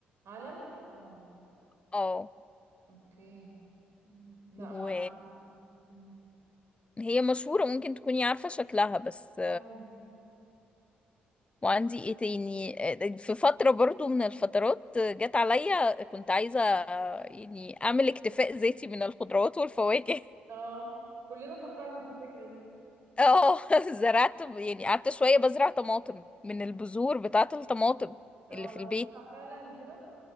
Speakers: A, on the right; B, on the left.
A: علم اه
B: اه
A: اوكي مم. لا
B: و
A: معرفوش مم.
B: هي مشهورة ممكن تكوني عارفة شكلها بس
A: ايوه
B: وعندي ايه تاني آه، آه، في فترة برضو من الفترات جت عليا كنت عايزة آه، يعني اعمل اكتفاء ذاتي من الخضروات والفواكه
A: اه كلنا فكرنا في الفكرة دي
B: <laughs> اه زرعت يعني قعدت شوية بزرع طماطم من البذور بتاعة الطماطم
A: اه
B: اللي في
A: وبتطلع
B: البيت
A: فعلا وكده